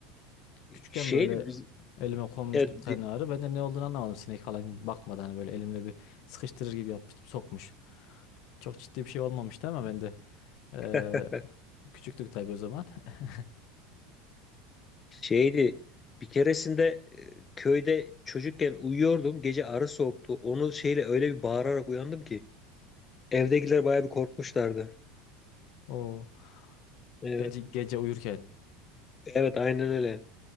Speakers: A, on the left; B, on the left.
A: küçükken
B: Şeydi
A: böyle
B: biz
A: elime konmuştu
B: e, di-
A: bir tane arı. Ben de ne olduğunu anlamadım sinek falan gibi bakmadan hani böyle elimle bir sıkıştırır gibi yapmıştım sokmuş. Çok ciddi bir şey olmamıştı ama ben de eee,
B: <laughs>
A: küçüktük tabii o zaman. <laughs>
B: şeydi bir keresinde e, köyde çocukken uyuyordum. Gece arı soktu. onu şeyle öyle bir bağırarak uyandım ki evdekiler baya bir korkmuşlardı.
A: O
B: Evet.
A: gece gece uyurken.
B: Evet aynen öyle.